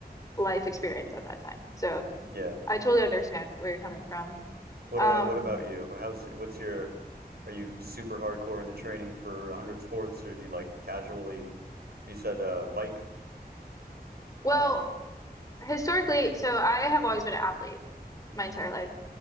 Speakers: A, on the left; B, on the right.
A: life experience at that time. So
B: <laughs> Yeah.
A: I totally understand where you're coming from.
B: What
A: Um,
B: uh, what about you? How's what's your are you super hardcore into training for 100 sports or do you like casually you said uh bike uh
A: well, historically, so I have always been an athlete my entire life.